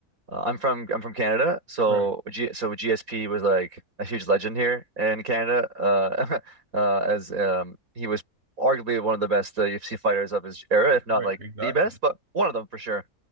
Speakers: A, on the right; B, on the right.
A: uh, I'm from I'm from Canada, so
B: Right,
A: G, so GSP was like a huge legend here in Canada. Uh, <laughs> uh, as um, he was arguably one of the best uh, UFC fighters of his era, if not
B: right,
A: like
B: exactly.
A: the best, but one of them for sure.